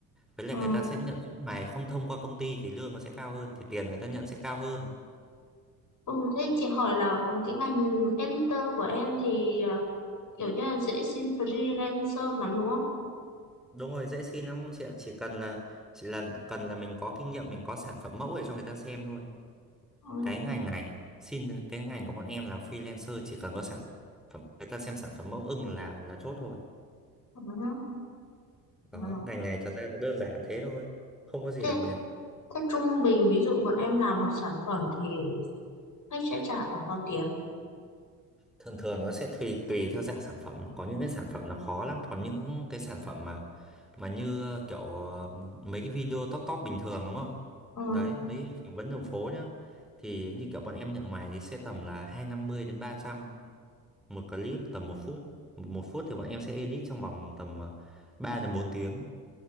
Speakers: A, in the centre; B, on the left.
A: với lại
B: Ừ.
A: người ta sẽ nhận suốt ngày không thông qua công ty thì lương nó sẽ cao hơn thì tiền người ta nhận sẽ cao hơn
B: Ừ, thế chị hỏi là cái ngành editor của em thì à, kiểu như là dễ xin freelancer lắm đúng không?
A: đúng rồi dễ xin lắm chị ạ chỉ cần là chỉ là cần là mình có kinh nghiệm mình có sản phẩm mẫu để cho người ta xem thôi
B: Ừ.
A: cái ngành này xin cái ngành của bọn em làm freelancer chỉ cần có sản phẩm người ta xem sản phẩm mẫu ưng là là chốt thôi
B: Ừ. hứ. Ừ.
A: đó ngành này thật ra nó đơn giản thế thôi không có gì
B: Thế,
A: đặc biệt
B: thế trung bình ví dụ bọn em làm một sản phẩm thì khách sẽ trả khoảng bao tiền?
A: thường thường nó sẽ tùy tùy theo dạng sản phẩm có những cái sản phẩm nó khó lắm còn những cái sản phẩm mà mà như kiểu ờ, mấy cái video top top bình thường đúng không
B: Ừ.
A: đấy mấy phỏng vấn đường phố nhá thì như kiểu bọn em nhận ngoài thì sẽ tầm là 250 đến 300. một clip tầm một phút một phút thì bọn em sẽ edit trong vòng tầm ờ, ba đến bốn tiếng